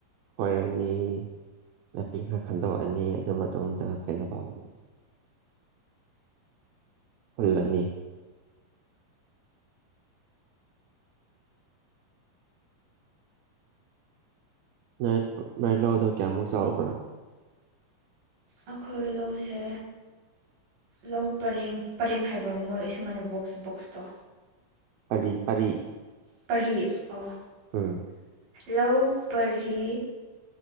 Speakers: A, on the right; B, on the right.
A: ꯍꯔꯅꯤ ꯅꯥꯄꯤ ꯈꯔ ꯈꯟꯗꯣꯛꯑꯅꯤ ꯑꯗꯨ ꯃꯇꯨꯡꯗ ꯈꯦꯟꯅ ꯄꯅꯤ ꯍꯨꯜꯂꯅꯤ ꯅꯣꯏ ꯅꯣꯏ ꯂꯥꯛꯗꯕ ꯀꯌꯥꯃꯨꯛ ꯆꯥꯎꯥꯛꯕ꯭ꯔꯥ
B: ꯑꯩꯈꯣꯏ ꯂꯧꯁꯦ ꯂꯧ ꯄꯔꯦꯡ ꯄꯔꯦꯡ ꯍꯥꯏꯕ꯭ꯔꯥ ꯃꯣꯏ ꯑꯃꯥꯏꯅꯕ ꯕꯣꯛꯁꯇꯣ
A: ꯄꯔꯤ ꯄꯔꯤ
B: ꯄꯔꯤ ꯑꯣ
A: ꯑꯝ
B: ꯂꯧ ꯄꯔꯤ